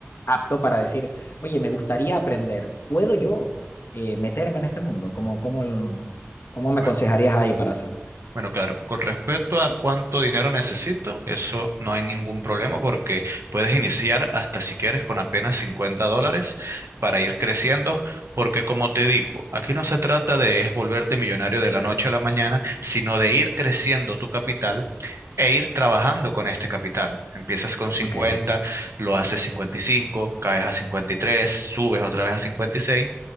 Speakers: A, on the left; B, on the right.
A: apto para decir, oye, me gustaría aprender? ¿Puedo yo eh, meterme en este mundo? ¿Cómo, cómo, lo- cómo me
B: bue-
A: aconsejarías ahí para hacer?
B: Bueno, claro, con respecto a cuánto dinero necesito, eso no hay ningún problema porque puedes iniciar hasta si quieres con apenas 50 dólares para ir creciendo, porque como te digo, aquí no se trata de es volverte millonario de la noche a la mañana, sino de ir creciendo tu capital e ir trabajando con este capital. Empiezas con cincuenta,
A: Ok,
B: lo haces 55, caes a 53, subes otra vez a 56.